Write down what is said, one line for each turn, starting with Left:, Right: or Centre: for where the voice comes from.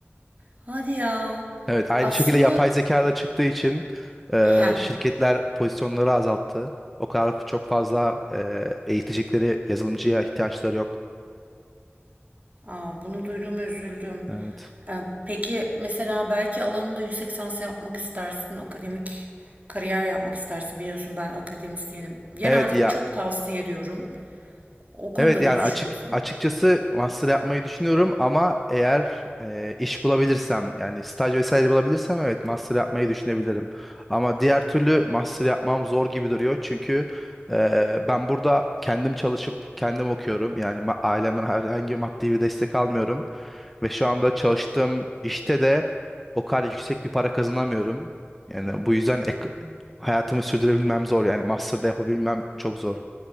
Right: Hadi ya.
Centre: Evet, aynı
Right: Aslında
Centre: şekilde yapay zeka da çıktığı için e,
Right: heh,
Centre: şirketler pozisyonları azalttı. O kadar çok fazla e, eğitecekleri yazılımcıya ihtiyaçları yok.
Right: Aa, bunu duyduğuma üzüldüm.
Centre: Evet.
Right: Ee, peki mesela belki alanında yüksek lisans yapmak istersin, akademik kariyer yapmak istersin. Biliyorsun ben akademisyenim. Genelde
Centre: Evet ya
Right: çok tavsiye ediyorum. O konuda
Centre: Evet
Right: ne
Centre: yani
Right: düşünüyorsun?
Centre: açık açıkçası master yapmayı düşünüyorum ama eğer e, iş bulabilirsem yani staj vesaire bulabilirsem evet master yapmayı düşünebilirim. Ama diğer türlü master yapmam zor gibi duruyor çünkü e, ben burada kendim çalışıp kendim okuyorum. Yani ma- ailemden herhangi bir maddi bir destek almıyorum ve şu anda çalıştığım işte de o kadar yüksek bir para kazanamıyorum. Yani bu yüzden
Right: Hı
Centre: ek-
Right: hı.
Centre: hayatımı sürdürebilmem zor yani master'da yapabilmem çok zor